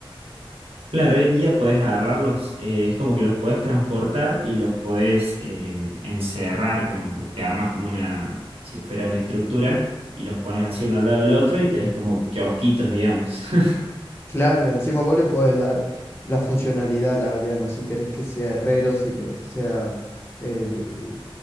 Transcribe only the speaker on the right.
Claro, hoy en día podés agarrarlos, eh, es como que los podés transportar y los podés eh, encerrar, como te armas como una, si fuera una estructura, y los pones así uno al lado del otro y tenés como kiosquitos, digamos. <laughs>